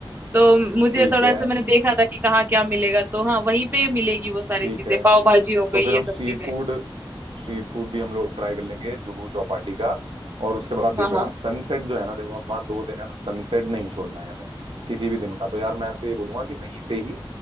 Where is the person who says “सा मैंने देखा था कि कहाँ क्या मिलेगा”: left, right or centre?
Right